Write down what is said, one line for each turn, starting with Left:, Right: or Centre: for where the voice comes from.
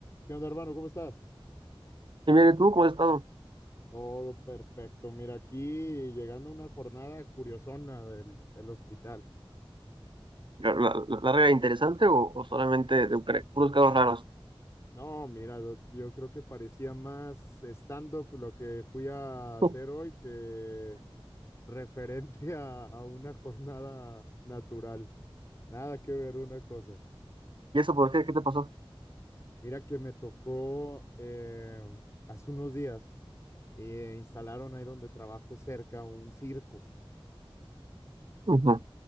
Left: ¿Qué onda, hermano? ¿Cómo estás?
Right: Y mire, ¿tú cómo has estado?
Left: Todo perfecto. Mira, aquí llegando una jornada curiosona del, del hospital.
Right: ¿La, la, la larga e interesante o, o solamente de Ucrania? Puros casos raros.
Left: No, mira, yo, yo creo que parecía más stand-up lo que fui a hacer
Right: <laughs>
Left: hoy que referente a, a una jornada natural. Nada que ver una cosa.
Right: ¿Y eso por qué? ¿Qué te pasó?
Left: Mira que me tocó eh, hace unos días, eh, instalaron ahí donde trabajo cerca un circo.
Right: Ujú.